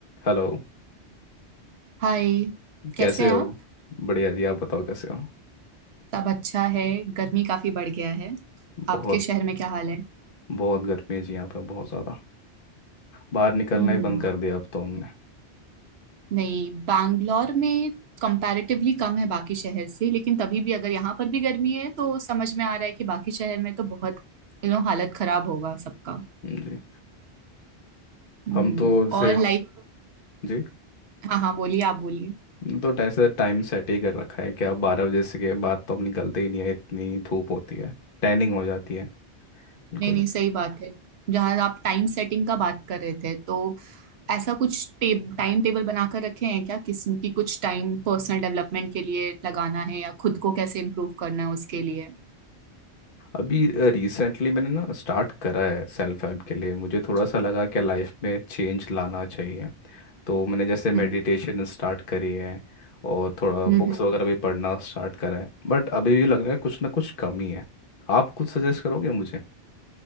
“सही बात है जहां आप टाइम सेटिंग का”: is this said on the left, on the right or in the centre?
Right